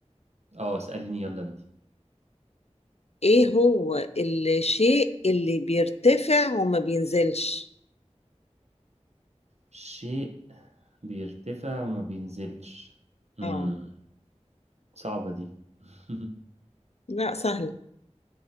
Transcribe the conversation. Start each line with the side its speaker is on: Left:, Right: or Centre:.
Right: اه اسأليني يلا انتي
Left: إيه هو الشيء اللي بيرتفع وما بينزلش
Right: شيء بيرتفع وما بينزلش مم.
Left: اه
Right: صعبة دي <laughs>
Left: لا سهل